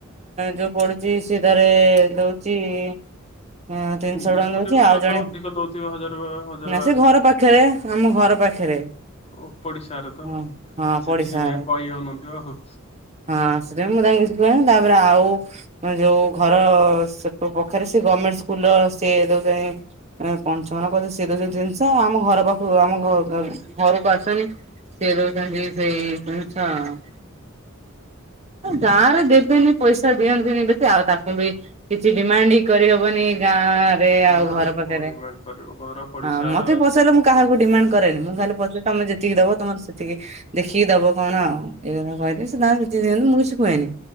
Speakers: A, on the right; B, on the left.
A: ଯୋଉ ପଢ ଯିଏ ସେଧାରେ ଦଉଛି ହ ତିନିଶହ
B: ଇଂଲିଶ
A: ଟଙ୍କା
B: ମିଡିୟମ
A: ଦଉଛି।
B: ଛୁଆ
A: ଆଉ
B: ତ
A: ଜଣେ
B: ଅଧିକ ଦଉଥିବେ ହଜାର ହଜାର
A: ନା
B: ବାରଶହ
A: ସେ ଘର
B: ଲେଖା।
A: ପାଖରେ ଆମ ଘର ପାଖରେ
B: ଓ ପଡିଶାରେ ତ
A: ହଁ ହଁ
B: ସେଥିପାଇଁ
A: ପଡିଶା ଘର
B: କହିହଉନଥିବ ଆଉ
A: ହଁ ସେ ମୁଁ ତାକୁ କିଛି କୁହନି ତାପରେ ଆଉ ଯୋଉ ଘର ପାଖରେ ସେ ଗର୍ମେଣ୍ଟ ସ୍କୁଲ ସିଏ ଦଉଛନ୍ତି ପଞ୍ଚଘନ କ ସେ ଦଉଛନ୍ତି ଜିନିଷ ଆମ ଘର ପାଖକୁ ଆମ ଘରକୁ ଆସଛନ୍ତି ସେ ଦଉଛନ୍ତି। ସେଇ ଜିନିଷ ଆଉ ଗାଁ ରେ ଦେବେନି ପଇସା ଦିଅନ୍ତିନି ବେଶୀ ଆଉ ତାକୁ ବି କିଛି ଡିମାଣ୍ଡ ହିଁ କରିହବନି। ଗାଁ ରେ ଆଉ
B: ନା
A: ଘର
B: ନା
A: ପାଖରେ,
B: କଣ ଡିମାଣ୍ଡ କରିବ ଘର ପଡିଶାର
A: ହଁ ମତେ ପଚାରିଲେ ମୁଁ କାହାକୁ ଡିମାଣ୍ଡ କରେନି ମୁଁ ଖାଲି ପଚାରେ ତମେ ଯେତିକି ଦବ ତମର ସେତିକି ଦେଖିକି ଦବ କଣ ଆଉ <unintelligible> ସିଏ ତାଙ୍କର ଯେତିକି ମୁଁ କିଛି କୁହେନି